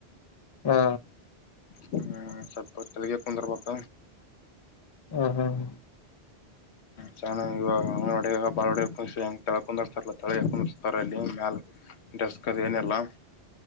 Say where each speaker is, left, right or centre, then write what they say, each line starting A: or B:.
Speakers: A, on the left (about 40°); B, on the left (about 85°).
A: ಹಾ
B: ಹ್ಮ್ ಸಪ ಚಲ್ಲಿಗೆ ಪಂದ್ರ ಬಪ
A: ಹಾ ಹಾ ಹ
B: ಚೆನ್ನಾಗಿ ಇವಾಗ ಅಂಗ್ನವಾಡಗೆ ಭಾಳ ಒಡ ಕ ಹೆ ತಳ ಕುಂದರ್ತಾರಲ್ಲ ತಳ ಕುಂದ್ತಾರೆ ಇಲ್ಲಿ ಮ್ಯಾಲ ಡ್ರೆಸ್ಕ್ ಅದು ಏನೆಲ್ಲ